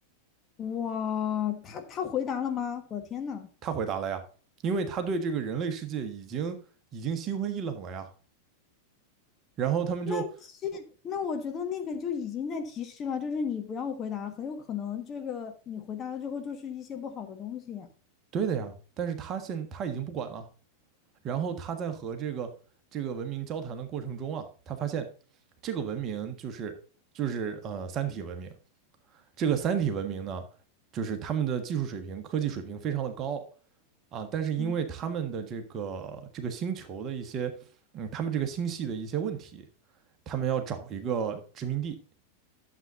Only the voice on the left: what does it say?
哇，他他回答了吗？我的天呐！
那是，那我觉得那个就已经在提示了，就是你不要回答，很有可能这个你回答了之后就是一些不好的东西。
嗯，